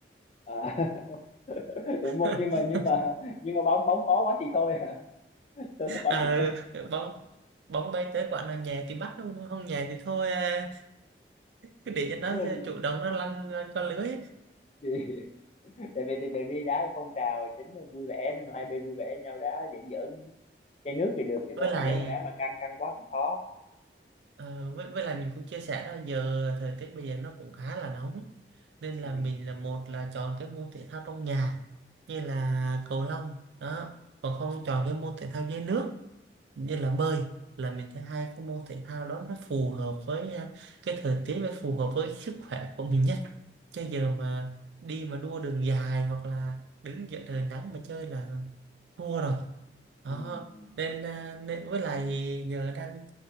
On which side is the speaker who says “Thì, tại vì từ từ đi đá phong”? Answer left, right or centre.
Left